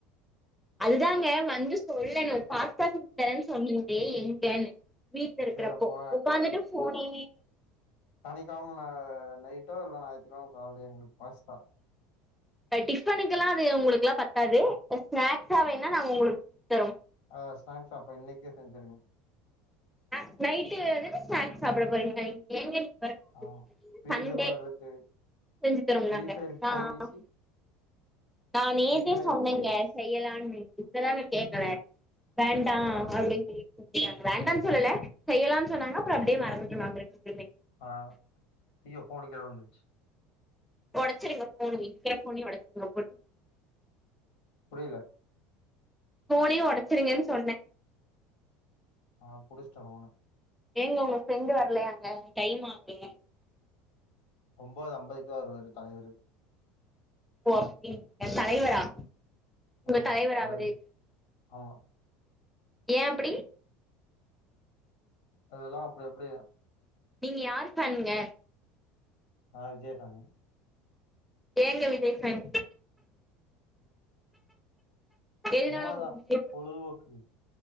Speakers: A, in the centre; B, on the left (about 75°).
A: அதுதாங்க வந்து சொல்லணு பாஸ்தா செஞ்சி தரேன்னு சொன்னீங்களே எங்கனு வீட்ல இருக்கறப்போ
B: சரி அப்போ
A: உக்காந்துட்டு ஃபோனே
B: சனிக்கெழமை ந நைட்டோ இல்ல ஞாயித்தக்கெழம காலைலயே எங்களுக்கு பாஸ்தா
A: இப்ப டிஃபனுக்கெல்லா அது உங்களுக்குலா பத்தாது இ ஸ்நாக்ஸா வேணா நாங்க உங்களுக்கு செஞ்சி தரோ
B: அ ஸ்நாக்ஸ் அப்ப இன்னைக்கே செஞ்சிருங்க
A: அ நைட்டு வந்து ஸ்நாக்ஸ் சாப்ட போறீங்களா நீங்க எங்க வரப்போ,
B: ஆமா ஃப்ரீசர்ல
A: சண்டே
B: இருக்கு
A: செஞ்சு தரோல்லாங்க
B: ஃப்ரீ ஃபயருக்கு
A: ஆ,
B: சைடிஷு
A: ஆ நா நேத்தே
B: ஃப்ரீ ஃபயருக்கு
A: சொன்னேங்க
B: சைடிஷ்
A: செய்யலான்னு நீங்கதாங்க கேக்கல வேண்டா அப்டின்னு சொல்லி விட்டாங்க வேண்டானு சொல்லல செய்யலானு சொன்னாங்க அப்றோ அப்டியே மறந்துட்டோ நாங்களுமே
B: அ ஐயோ போன் கீழ விழுந்ச்சு
A: ஒடைச்சிடுங்க போன இருக்கற போனையு ஒடச்சுடுங்க போட்டு
B: புரில
A: போனியு ஒடச்சிருங்னு சொன்ன
B: ஆ புடிச்ட்டா போன
A: ஏங்க உங்க ஃப்ரெண்டு் வரலையங்க டைம் ஆகுது
B: ஒம்பது அம்பதுக்தா வருவாரு தலைவரு
A: ஓ அப்டிங்லா தலைவரா உங்
B: ம்
A: தலைவரா
B: தலைவர்
A: அவரு
B: ஆமா
A: ஏ அப்டி
B: அதெல்லா அப்டி அப்டிய
A: நீங்க யார் ஃபேன்ங்க
B: நா விஜய் ஃபேனு
A: ஏங்க விஜய் ஃபேன் எதுனால
B: சும்மாதா
A: உங்களுக்கு விஜய்
B: பொழுதுபோக்கு